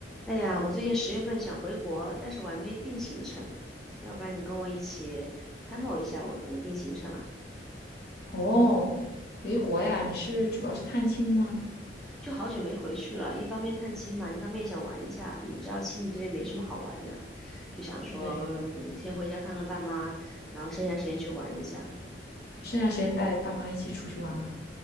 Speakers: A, in the centre; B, on the left (about 60°).
A: 哎呀，我最近十月份想回国，但是我还没定行程，要不然你跟我一起参谋一下我怎么定行程啊？
B: 哦，回国呀？你是主要是探亲吗？
A: 就好久没回去了，一方面探亲嘛，一方面想玩一下。你知道悉尼这边没什么好玩的，就想说，
B: 对，
A: 嗯，先回家看看爸妈，然后剩下时间去玩一下。
B: 剩下时间带爸妈一起出去玩吗？